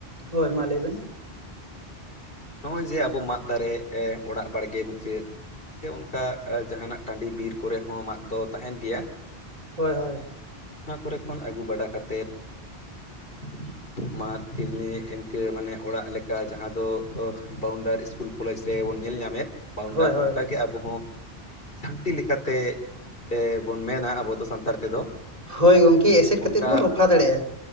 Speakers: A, on the right; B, on the left.
A: ᱦᱚᱭ ᱢᱟ ᱞᱟᱹᱭᱵᱮᱱᱼᱼ
B: ᱦᱩᱸ ᱱᱚᱜ-ᱚᱭ ᱡᱮ ᱟᱵᱚ ᱢᱟᱫ ᱫᱟᱨᱮ ᱮ ᱚᱲᱟᱜ ᱵᱟᱲᱜᱮ ᱢᱩᱪᱟᱹᱫᱼᱼ ᱥᱮ ᱚᱱᱠᱟ ᱡᱟᱦᱟᱱᱟᱜ ᱴᱟᱺᱰᱤ ᱵᱤᱨ ᱠᱚᱨᱮ ᱦᱚᱸ ᱢᱟᱫ ᱫᱚ ᱛᱟᱦᱮᱸᱱ ᱜᱮᱭᱟ᱾
A: ᱦᱚᱭ-ᱦᱚᱭ
B: ᱦᱮᱸ ᱚᱱᱟ ᱠᱚᱨᱮ ᱠᱷᱚᱱ ᱟᱹᱜᱩ ᱵᱟᱲᱟ ᱠᱟᱛᱮᱫᱼᱼ <inaudible> ᱢᱟᱫ ᱮᱢᱱᱤ ᱤᱱᱠᱟᱹ ᱢᱟᱱᱮ ᱚᱲᱟᱜ ᱞᱮᱠᱟ ᱡᱟᱦᱟᱸ ᱫᱚ ᱚᱦ ᱵᱟᱣᱩᱱᱰᱟᱨᱤ ᱤᱥᱠᱩᱞᱼᱼ ᱠᱚᱞᱮᱡᱽ ᱨᱮ ᱵᱚᱱ ᱧᱮᱞ ᱧᱟᱢᱮᱫ ᱵᱟᱣᱩᱱᱰᱟᱨ
A: ᱦᱳᱭ ᱦᱳᱭ
B: ᱚᱱᱠᱟᱜᱮ ᱟᱵᱚ ᱦᱚᱸᱼᱼ ᱡᱷᱟᱱᱴᱤ ᱞᱮᱠᱟᱛᱮ ᱮ ᱵᱚᱱ ᱢᱮᱱᱟ ᱟᱵᱚ ᱫᱚ ᱥᱟᱱᱛᱟᱲ ᱛᱮᱫᱚ,
A: ᱦᱚᱭ ᱜᱚᱝᱠᱮ
B: ᱦᱮᱸ
A: ᱮᱥᱮᱫ
B: ᱚᱱᱠᱟ
A: ᱠᱟᱛᱮᱫ ᱵᱚᱱ ᱨᱚᱯᱷᱟ ᱫᱟᱲᱮᱭᱟᱜ-ᱟ᱾